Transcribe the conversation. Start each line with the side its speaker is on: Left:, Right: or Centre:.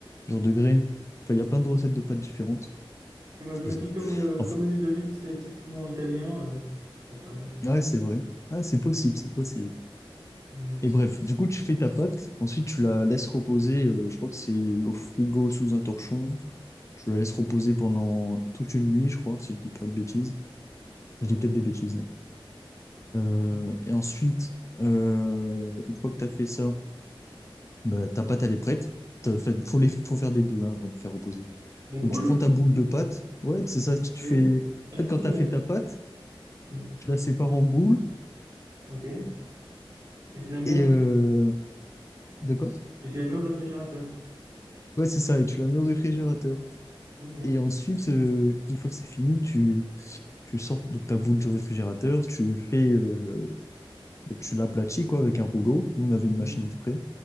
Left: genre de graines. Enfin, il y a plein de recettes de pâtes différentes.
Right: Que moi, je me
Left: Et
Right: dis,
Left: bon.
Right: comme le,
Left: Enfin,
Right: comme l'huile d'olive, c'est typiquement italien, euh, c'est pour ça, mais...
Left: ouais, c'est vrai. Ah, c'est possible, c'est possible.
Right: Ouais.
Left: Et bref, du coup, tu fais ta pâte. Ensuite, tu la laisses reposer. euh, je crois que c'est au frigo sous un torchon. Tu la laisses reposer pendant toute une nuit, je crois, si je dis pas de bêtises. Enfin,
Right: Ok.
Left: Je dis peut-être des bêtises, hein. Euh,
Right: ok.
Left: et ensuite, euh, une fois que tu as fait ça, bah, ta pâte, elle est prête. T'as fait- faut, les, faut faire des boules hein, avant de faire reposer.
Right: Des boules?
Left: Donc, tu prends ta boule de pâte. Ouais, c'est ça. Tu te
Right: Ok.
Left: fais...
Right: Ah,
Left: En
Right: je
Left: fait,
Right: pensais
Left: quand tu
Right: qu'on
Left: as
Right: la
Left: fait
Right: mettre...
Left: ta pâte,
Right: Mm.
Left: tu la sépares en boules.
Right: Ok. Et tu la mets
Left: Et...
Right: au...
Left: euh, De quoi?
Right: Et tu la mets au réfrigérateur?
Left: Ouais, c'est ça. Et tu la mets au réfrigérateur.
Right: Ok.
Left: Et ensuite, euh, une fois que c'est fini, tu, tu sors donc, ta boule du réfrigérateur. Tu fais... euh, Tu l'aplatis quoi, avec un rouleau. Nous, on avait
Right: Mhm.
Left: une machine exprès.